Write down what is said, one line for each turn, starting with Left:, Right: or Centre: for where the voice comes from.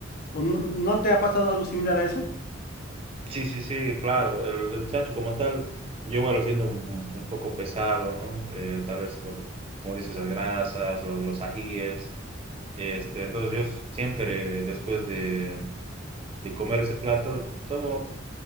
Left: o no no te ha pasado algo similar a eso.
Right: Sí, sí, sí, claro, el, el chancho como tal, yo igual lo siento un, un poco pesado, ¿no? Eh, tal vez por, como dices, las grasas, los, los ajíes, este, entonces yo siempre después de, de comer ese plato tomo